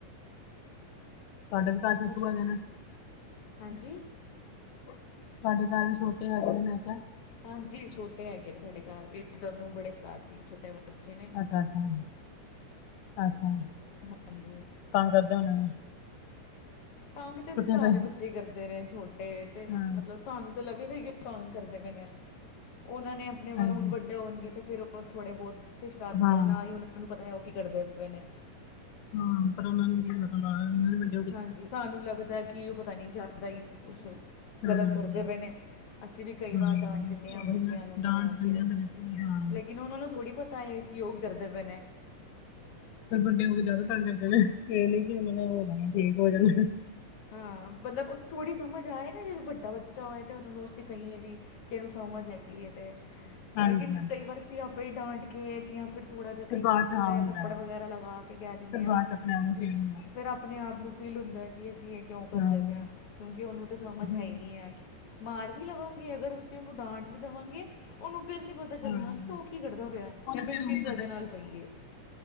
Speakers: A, on the left (about 80°); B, on the left (about 60°).
A: ਤੁਹਾਡੇ ਵੀ ਘਰ ਚ
B: ਬੱਚ-
A: ਖੂਹ ਹੈਗਾ ਨਾ।
B: ਹਾਂਜੀ
A: ਤੁਹਾਡੇ ਘਰ ਵੀ ਛੋਟੇ ਹੈਗੇੇ ਨੇ ਮੈਂ ਕਿਆ।
B: ਹਾਂਜੀ, ਛੋਟੇ ਹੈਗੇ ਨੇ ਸਾਡੇ ਘਰ ਵੀ ਏਂ ਦੋਨੋਂ ਬੜੇ ਸ਼ਰਾਰਤੀ ਛੋਟੇ ਬੱਚੇ ਨੇ।
A: ਅੱਛਾ ਅੱਛਾ ਅੱਛਾ ਟਰਾਂਸਪੋਰਟ
B: ਹਾਂਜੀ
A: ਤੰਗ ਕਰਦੇ ਹੋਣੇ।
B: ਤੰਗ ਤੇ
A: ਛੁੱਟੀਆਂ
B: ਸਾਰੇ
A: ਪੈ
B: ਬੱਚੇ ਕਰਦੇ ਨੇ, ਛੋਟੇ ਤੇ
A: ਹਾਂ
B: ਮਤਲਬ ਸਾਨੂੰ ਤਾਂ ਲੱਗੇਗਾ ਹੀ ਤੰਗ ਕਰਦੇ ਪਏ ਨੇ ਉਹਨਾਂ ਨੇ ਆਪਣੇ
A: ਹਾਂਜੀ
B: ਵੱਲ ਹੁਣ ਵੱਡੇ ਹੋਣਗੇ ਤੇ ਫੇਰ ਉਹ ਉਹ ਥੋੜੇ ਬਹੁਤ ਤੇ ਸ਼ਰਾਰਤਾਂ
A: ਹਾਂ
B: ਕਰੇ, ਨਾ ਹੀ ਉਹਨਾਂ ਨੂੰ ਪਤਾ ਹੈ, ਉਹ ਕੀ ਕਰਦੇ ਪਏ ਨੇ।
A: ਹਾਂ ਪਰ ਉਹਨਾਂ ਨੂੰ ਕੀ ਪਤਾ ਗਾਲਾਂ ਗੂਲਾਂ ਨੀ ਪਈ
B: ਹਾਂਜੀ, ਸਾਨੂੰ ਲੱਗਦਾ ਕਿ, ਉਹ ਪਤਾ ਨੀ ਜਿਆਦਾ ਹੀ ਕੁਛ
A: ਹਾਂ
B: ਗਲਤ ਕਰਦੇ ਪਏ ਨੇ, ਅਸੀਂ ਵੀ ਕਈ
A: ਹਾਂ
B: ਵਾਰ ਡਾਂਟ ਦਿੰਦੇ ਆ,
A: ਉਹੀ
B: ਬੱਚਿਆਂ
A: ਨਾ
B: ਨੂੰ
A: ਡਾਂਟ
B: ਜਾਂ
A: ਦਿੰਦੇ
B: ਫਿਰ
A: ਆ ਇਸ ਲਈ ਹਾਂ।
B: ਲੇਕਿਨ ਉਹਨਾਂ ਨੂੰ ਥੋੜ੍ਹੀ ਪਤਾ, ਕਿ ਉਹ ਕੀ ਕਰਦੇ ਪਏ ਨੇ।
A: ਫਿਰ ਵੱਡੇ ਹੋ ਕੇ ਜਿਆਦਾ ਤੰਗ ਕਰਦੇ ਨੇ, ਇਹ ਨੀ ਕੀ ਓਨਾ ਨੇ ਠੀਕ ਹੋ ਜਣ।
B: ਹਾਂ, ਮਤਲਬ ਉਹ ਥੋੜ੍ਹੀ ਸਮਝ ਆਏ ਨਾ, ਜਦ ਵੱਡਾ ਬੱਚਾ ਹੋਏ ਤਾਂ ਉਹਨਾਂ ਨੂੰ ਅਸੀਂ ਕਹੀਏ ਵੀ ਕਿ ਇਹਨੂੰ ਸਮਝ ਹੈਗੀ ਏ ਤੇ,
A: ਹਾਂਜੀ
B: ਲੇਕਿਨ
A: ਹਾਂਜੀ
B: ਕਈ ਵਾਰ ਅਸੀਂ ਆਪੇ ਹੀ ਡਾਂਟ ਕੇ ਜਾਂ ਫਿਰ ਥੋੜ੍ਹਾ ਜਿਹਾ
A: ਫਿਰ
B: ਕਈ
A: ਬਾਅਦ
B: ਵਾਰ
A: ਚ
B: ਛੋਟਾ
A: ਹਾਂ
B: ਜਿਹਾ
A: ਹੁੰਦਾ
B: ਥੱਪੜ
A: ਹੈ,
B: ਵਗੈਰਾ ਲਗਾ ਕੇ ਕਹਿ ਦਿੰਦੇ
A: ਫਿਰ
B: ਆਂ।
A: ਬਾਅਦ ਚ ਆਪਣੇ ਆਪ ਨੂੰ
B: ਫਿਰ,
A: ਫੀਲ ਹੁੰਦਾ।
B: ਫਿਰ ਆਪਣੇ ਆਪ ਨੂੰ ਫੀਲ ਹੁੰਦਾ ਹੈ, ਕਿ ਅਸੀਂ ਇਹ ਕਿਉਂ ਕਰਦੇ
A: ਹਾਂ
B: ਪਏ, ਕਿਉਂਕਿ ਉਹਨੂੰ ਤਾਂ ਸਮਝ
A: ਉਹੀ
B: ਹੈ
A: ਨਾ,
B: ਹੀ ਨਹੀਂ ਹੈ ਕਿ ਮਾਰ ਵੀ ਲਵਾਂਗੇ, ਅਗਰ ਅਸੀਂ ਉਹਨੂੰ ਡਾਂਟ ਵੀ ਦੇਵਾਂਗੇ ਉਹਨੂੰ ਫਿਰ ਪਤਾ ਚੱਲਣਾ
A: ਹਾਂ
B: ਕਿ ਉਹ ਕੀ ਕਰਦਾ ਪਿਆ
A: ਉਹਨੇ
B: ਜਾਂ ਮੈਨੂੰ
A: ਫਿਰ
B: ਕਿਸ
A: ਉਹੀ
B: ਵੱਜ੍ਹਾ ਨਾਲ ਪਈਏ।